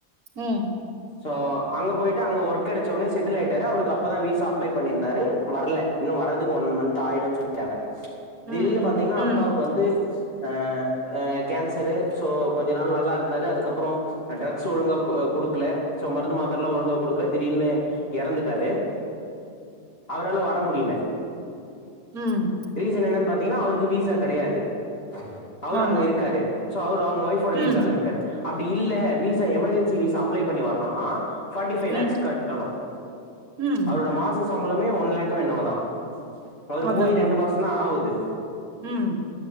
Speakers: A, on the right; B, on the left.
A: ம்
B: சோ அங்க போயிட்டு அங்க ஒர்க் கெடச்சோனே செட்டில் ஆயிட்டாரு அவருக்கு அப்பதா வீசா அப்ளே பண்ணிருந்தாரு வர்ல இன்னு வர்றதுக்கு ஒன் மந்த் ஆயிடுன் சொல்லிட்டாங்க
A: ம்
B: திடீர்னு பாத்தீங்கன்னா
A: ம்
B: அப்பாவுக்கு
A: ம்
B: வந்து அ அ கேன்சரு சோ கொஞ்ச நாள் நல்லா இருந்தாரு அதுக்கப்றோ ட்ரக்ஸ் ஒழுங்கா அ குடுக்கல சோ மருந்து மாத்திரல்லா ஒழுங்கா குடுக்கல திடீர்னு எறந்துட்டாரு அவரால வர முடியல
A: ம்
B: ரீசன் என்னென் பாத்தீங்கன்னா அவருக்கு வீசா கெடையாது அவுரு
A: ஆமா
B: அங்க இருக்காரு சோ அவுரு அவ்ங்க ஒயிஃப்ஃபோடே
A: ம்
B: வீசால இருக் கரு அப்டி இல்ல வீசா எமர்ஜென்சி வீசா அப்ளே பண்ணி வரணுனா ஃபார்ட்டி ஃபைவ்
A: ம்
B: லேக்ஸ் கட்டனு
A: ம்
B: அவரோட மாசோ சம்பளமே ஒன் லேக்கோ என்னவோ தா அவுரு
A: அதா
B: போய்
A: அதா
B: ரெண்டு மாசந்தா ஆவுது
A: ம்